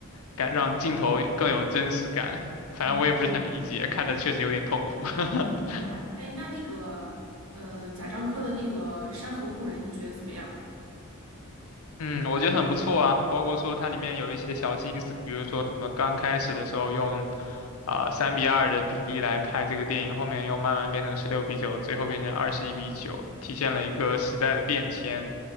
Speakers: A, on the left; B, on the right.
A: 感让镜头更有真实感。反正我也不是很理解，
B: 嗯
A: 看着确实有点痛苦。<laughs>
B: 嗯，明白。哎，那那个，嗯、贾樟柯的那个《山河故人》，你觉得怎么样？
A: 嗯，我觉得很不错啊，包括说它里面有一些小心思，比如说什么刚开始的时候用啊三比二的比例来拍这个电影，后面又慢慢变成十六比九，最后变成二十一比九，体现了一个时代的变迁。